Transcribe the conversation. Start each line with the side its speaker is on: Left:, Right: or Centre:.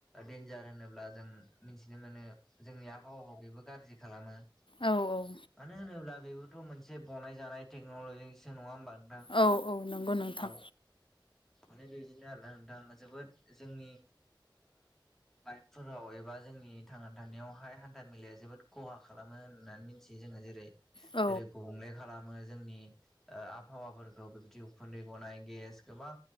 Centre: डेन्जार होनोब्ला जों मिथिनो मोनो जोंनि आबहावाखौ बेबो गाज्रि खालामो
Left: औ औ
Centre: मानो होनोब्ला बेबोथ' मोनसे बनायजानाय टेक्न'लजिनिसो नङा होमबा नोंथां
Left: औ औ नंगौ नोंथां
Centre: औ माने बेदिनो आरो नोंथां जोबोद जोंनि बाइकफोराव एबा जोंनि थांना थानायावहाय हान्था मेलाया जोबोद खहा खालामो होननानै मिथियो जोङो जेरै जेरै
Left: औ
Centre: गुबुंले खालामो जोंनि आबहावाफोरखौ बिबदि उखुन्दै गनाय गेस गोबां